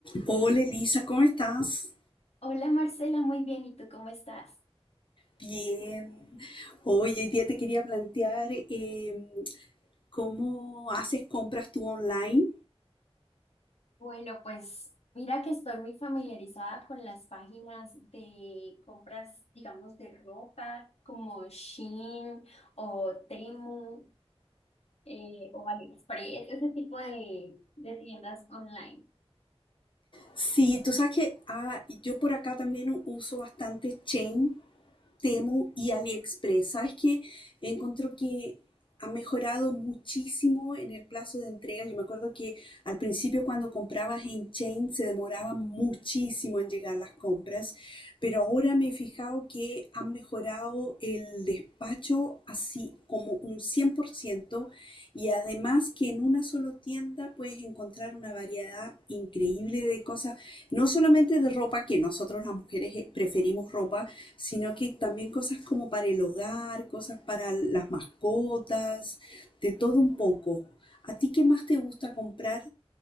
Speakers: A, on the left; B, on the left.
A: Hola Elisa, ¿cómo estás?
B: Hola Marcela, muy bien. ¿Y tú cómo estás?
A: Bien. Hoy hoy día te quería plantear eh, cómo haces compras tú online.
B: Bueno, pues mira que estoy muy familiarizada con las páginas de compras, digamos, de ropa como Shein o Temu eh, o AliExpress, ese tipo de, de tiendas online.
A: Sí, tú sabes que ah, yo por acá también u- uso bastante Chain Temu y AliExpress. Sabes que encuentro que ha mejorado muchísimo en el plazo de entrega. Yo me acuerdo que al principio cuando comprabas en Chain se demoraba muchísimo en llegar las compras, pero ahora me he fijado que han mejorado el despacho así como un 100% y además que en una sola tienda puedes encontrar una variedad increíble de cosas, no solamente de ropa, que nosotros las mujeres eh, preferimos ropa, sino que también cosas como para el hogar, cosas para las mascotas, de todo un poco. ¿A ti qué más te gusta comprar?